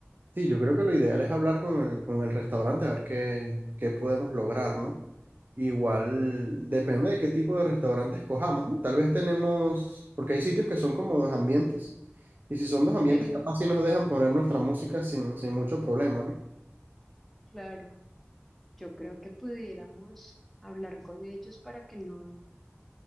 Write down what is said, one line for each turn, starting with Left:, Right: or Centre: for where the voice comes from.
Right: Sí, yo creo que lo ideal es hablar con el, con el restaurante a ver qué, qué podemos lograr, ¿no? Igual depende de qué tipo de restaurante escojamos, ¿no? Tal vez tenemos, porque hay sitios que son como dos ambientes, y si son dos ambientes,
Centre: Sí,
Right: capaz sí nos dejan poner nuestra música sin, sin mucho problema, ¿no?
Centre: claro. Yo creo que pudiéramos hablar con ellos para que no,